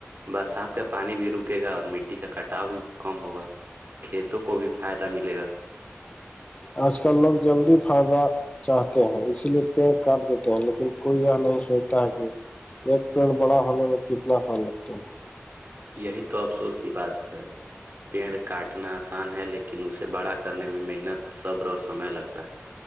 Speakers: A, on the right; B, on the left.
A: برسات کا پانی بھی رکے گا اور مٹی کا کٹاؤ بھی کم ہوگا کھیتوں کو بھی فائدہ ملے گا
B: آج کل لوگ جلدی فائدہ چاہتے ہیں اسی لیے پڑ کاٹ دیتے ہیں لیکن کوئی یہ نہیں سوچتا ہے کہ ایک پیڑ بڑا ہونے میں کتنا خیال لگتا ہے
A: یہی تو افسوس کی بات ہے پیڑ کاٹنا آسان ہے لیکن لیکن اسے بڑا کرنے میں محنت صبر اور سمے لگتا ہے